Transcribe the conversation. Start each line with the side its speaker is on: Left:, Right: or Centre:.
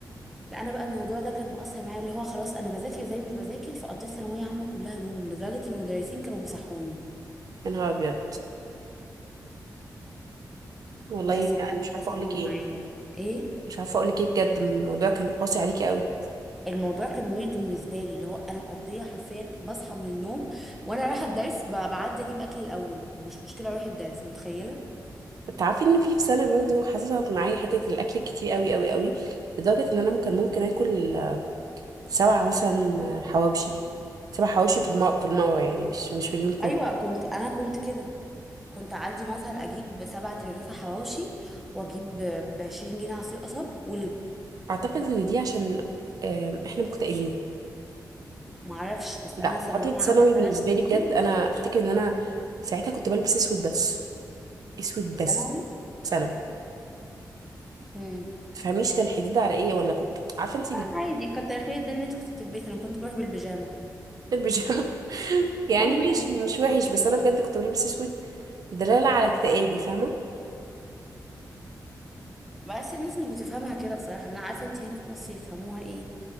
Centre: لا انا بقى الموضوع ده كان مؤثر معايا اللي هو خلاص انا بذاكر زي مش بذاكر فقضيت ثانويه عامه كلها نوم لدرجه ان المدرسين كانوا بيصحوني
Right: يا نهار ابيض والله
Centre: بس ده
Right: يعني مش عارفه
Centre: ده ثانوي
Right: اقول لك ايه
Centre: معايا ايه
Right: مش عارفه اقول لك ايه بجد الموضوع كان قاسي عليكي قوي
Centre: الموضوع كان ويرد بالنسبه لي اللي هو انا مقضيه حرفيا بصحى من النوم وانا رايحه الدرس ب- بعدي اجيب اكل الاول ومش مشكله اروح الدرس متخيله
Right: انت عارفه ان في في سنه برضو حصلت معايا حته الاكل كتير قوي قوي قوي لدرجه ان انا ممكن ممكن اكل آه، سبعه مثلا آه، حواوشي سبع حواوشي في المره في المره يعني مش مش في اليوم كله
Centre: ايوه كنت انا كنت كده كنت اعدي مثلا اجيب سبعة رغيفه حواوشي واجيب ب 20 جنيه عصير قصب ولب
Right: اعتقد ان دي عشان آم، احنا مكتئبين
Centre: معرفش بس
Right: لا
Centre: انا ثانويه
Right: فتره ثانوي
Centre: عامه ثلاث
Right: بالنسبه
Centre: سنين
Right: لي بجد انا افتكر ان انا ساعتها كنت بلبس اسود بس اسود
Centre: في
Right: بس
Centre: ثانوي
Right: سنه
Centre: مم.
Right: تفهميش كان حديد على ايه ولا كنت عارفه انت
Centre: عادي كتر خير ده ان انت كنت بتلبسي انا كنت بروح بالبيجامه اه
Right: البيجامه <laughs> يعني
Centre: والله
Right: ماشي مش وحش بس انا بجد كنت بلبس اسود دلاله على اكتئابي فاهمه
Centre: بس الناس مش بتفهمها كده بصراحه انا عارفه انت هنا في مصر يفهموها ايه